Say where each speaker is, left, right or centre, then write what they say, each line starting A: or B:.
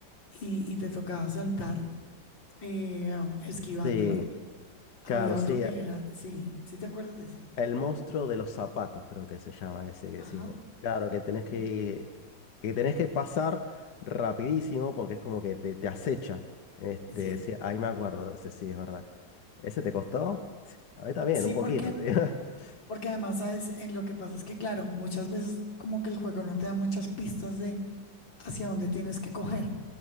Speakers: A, on the left (about 85°); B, on the left (about 65°).
A: y, y te tocaba saltar eh, esquivándolo.
B: Sí,
A: Había
B: claro, sí.
A: otro que era, sí, sí te acuerdas de ese.
B: El monstruo de los zapatos, creo que se llama ese que
A: Ajá.
B: decís vos. Claro, que tenés
A: ujú.
B: que, que tenés que pasar rapidísimo porque es como que te, te acecha. Este,
A: Sí,
B: sí, ahí me acuerdo de ese, sí, es verdad. ¿Ese te costó? Sí, A mí también,
A: sí,
B: un poquito,
A: porque,
B: te digo. <laughs>
A: porque además, ¿sabes? Eh, lo que pasa es que, claro, muchas veces como que el juego no te da muchas pistas de hacia dónde tienes que coger.